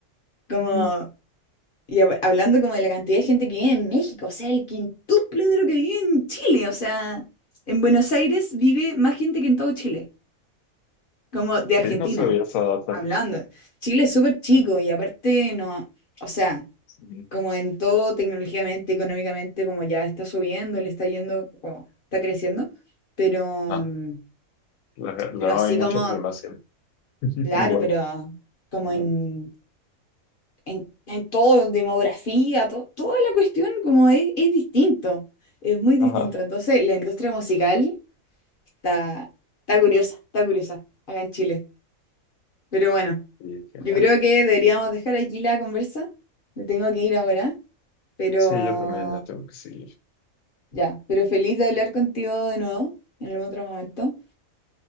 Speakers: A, on the left; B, on the left.
A: Como
B: Ujú.
A: Y hab- hablando como de la cantidad de gente que vive en México, o sea, el quintuple de lo que vive en Chile, o sea, en Buenos Aires vive más gente que en todo Chile, como de Argentina,
B: Sí, no sabía esa data.
A: hablando. Chile es súper chico
B: Ah,
A: y aparte no, o sea,
B: sí.
A: como en todo tecnológicamente, económicamente, como ya está subiendo, le está yendo, como está creciendo, pero,
B: Ah,
A: mm,
B: la, la-
A: pero así
B: hay mucha
A: como,
B: población. <laughs>
A: claro,
B: Igual.
A: pero como
B: Ajá.
A: en en, en todo, demografía, to- toda la cuestión como es, es distinto, es muy distinto.
B: Ajá.
A: Entonces, la industria musical está, está curiosa, está curiosa acá en Chile. Pero bueno,
B: Sí, genial.
A: yo creo que deberíamos dejar aquí la conversa. Me tengo que ir ahora, pero
B: Sí, yo también la tengo que seguir.
A: ya, pero feliz de hablar contigo de nuevo en algún otro momento.